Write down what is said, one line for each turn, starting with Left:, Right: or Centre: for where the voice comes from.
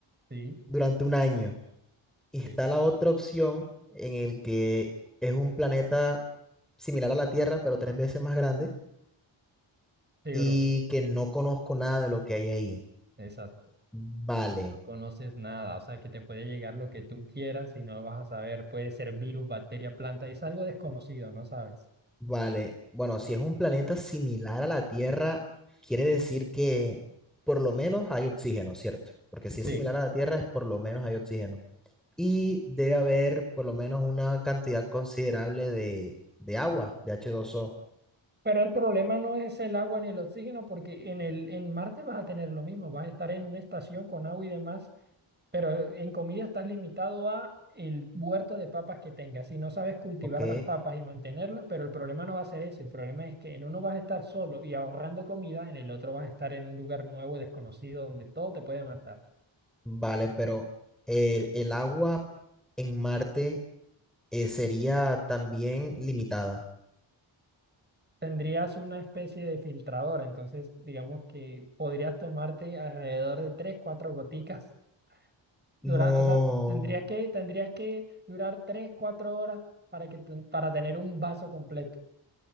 Right: sí,
Centre: durante un año. Y está
Right: sí.
Centre: la otra opción en el que es un planeta similar a la Tierra, pero tres veces más grande
Right: Sí,
Centre: y
Right: bro,
Centre: que no conozco nada de lo que hay ahí.
Right: exacto.
Centre: Vale.
Right: No conoces nada, o sea que te puede llegar lo que tú quieras y no lo vas a saber. Puede ser virus, bacteria, planta, es algo desconocido, no sabes.
Centre: Vale, bueno, si es un planeta similar a la Tierra, quiere decir que por lo menos hay oxígeno, ¿cierto? Porque si
Right: Sí,
Centre: es similar a la Tierra, es por lo menos hay oxígeno. Y debe haber por lo menos una cantidad considerable de, de agua, de h dos o
Right: pero el problema no es el agua ni el oxígeno, porque en el, en Marte vas a tener lo mismo, vas a estar en una estación con agua y demás, pero en comida estás limitado a el huerto de papas que tengas. Si no sabes cultivar
Centre: Ok,
Right: las papas y mantenerlas, pero el problema no va a ser ese, el problema es que en uno vas a estar solo y ahorrando comida, en el otro vas a estar en un lugar nuevo, y desconocido, donde todo te puede matar.
Centre: vale, pero el, el agua en Marte eh, sería también limitada.
Right: tendrías una especie de filtradora, entonces digamos que podrías tomarte alrededor de 3 4 goticas. Dura,
Centre: No,
Right: o sea, tendrías que, tendrías que durar 3 4 horas para que tu- para tener un vaso completo.